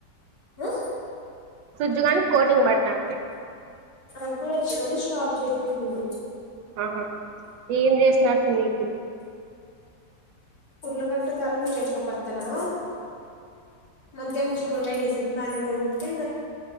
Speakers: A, on the left (about 55°); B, on the right (about 85°).
A: హ
B: స్విజు కానికి కోటింగ్ పడతాను నను
A: అ కూడా వచ్చినని స్టాప్ చేసింటంది
B: ఆహా ఏం దేస్ నాడుతునయిత
A: ఉరుళగట్ట తాలింపు చేసిన పద్దనా మన తె చె కూడా మది ఉంటే